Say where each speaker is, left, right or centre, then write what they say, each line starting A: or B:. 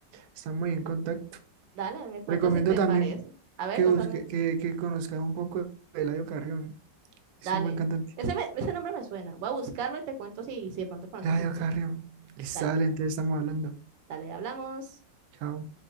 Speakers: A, on the right; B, on the right.
A: estamos ahí en contacto.
B: dale, me cuentas
A: Recomiendo
B: si te
A: también
B: parece. A ver,
A: que
B: cuéntame.
A: busque,
B: un-
A: que, que conozca un poco de Eladio Carrión. Es
B: Dale.
A: un buen cantante.
B: Ese, me- ese nombre me suena. Voy a buscarlo y te cuento si, si de pronto conozco
A: Eladio
B: su música.
A: Carrión. Listo,
B: Dale,
A: dale, entonces estamos hablando.
B: dale, hablamos.
A: Chao.